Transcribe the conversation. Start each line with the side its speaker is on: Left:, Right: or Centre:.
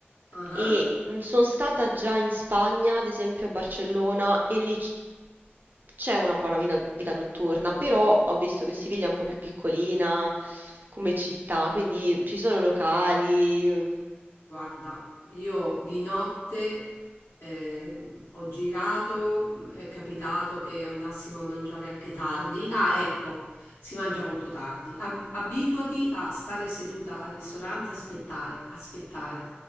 Left: Ah.
Right: E mh, sono stata già in Spagna, ad esempio a Barcellona, e lì c- c'è una buona vita, vita notturna, però ho visto che Siviglia è un po' più piccolina come città, quindi ci sono locali. ehm.
Left: Guarda, io di notte ehm, ho girato, mh, è capitato che andassimo a mangiare anche tardi. Ah, ecco, si mangia molto tardi. Ab- abituati a stare seduta al ristorante, aspettare, aspettare,